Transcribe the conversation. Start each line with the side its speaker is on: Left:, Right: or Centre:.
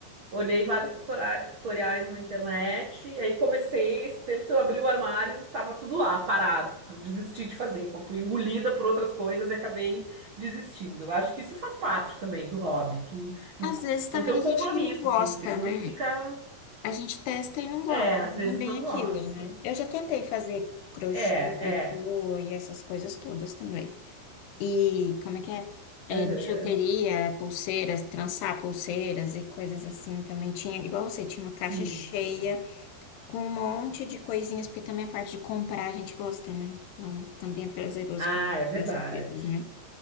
Right: Olhei vários tutora- tutoriais na internet, e aí comecei, esses tempos eu abri o armário, tava tudo lá, parado, desisti de fazer, como fui engolida por outras coisas e acabei desistindo. Eu acho que isso faz parte também do hobby, tu n-
Left: Às vezes também
Right: não tem um
Left: a
Right: compromisso,
Left: gente não gosta,
Right: assim, porque senão
Left: né?
Right: tu fica,
Left: A gente testa e não gosta,
Right: é, às
Left: não
Right: vezes
Left: é bem
Right: não
Left: aquilo,
Right: gosta.
Left: né? Eu já tentei fazer crochê,
Right: É,
Left: tricô
Right: é,
Left: e essas coisas todas também. E como é que é? É,
Right: aham,
Left: bijuteria, pulseiras, trançar pulseiras e coisas assim também. Tinha, igual você, tinha uma caixa
Right: Sim,
Left: cheia
Right: sim.
Left: com um monte de coisinhas, porque também a parte de comprar a gente gosta, né? Então também é prazeroso
Right: Ah,
Left: comprar
Right: é verdade.
Left: as coisas, né?